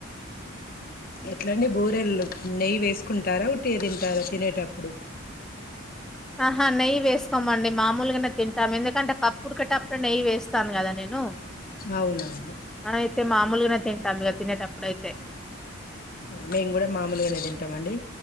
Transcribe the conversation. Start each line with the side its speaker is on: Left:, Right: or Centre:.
Left: ఎట్లాండి బోరెల్లు నెయ్యి వేసు కుంటారా ఉట్టి తింటారా తినేటప్పుడు
Centre: ఆహా నెయ్యి వేసుకోమండి మామూలుగానే తింటాము ఎందుకంటే పప్పు కుడకేటప్పుడు నెయ్యి వేస్తాను కదా నేను
Left: అవునవును
Centre: ఆ అయితే మామూలుగానే తింటాం ఇక తినేటప్పుడు అయితే
Left: అవును మేము కూడా మామూలుగానే తింటామ అండి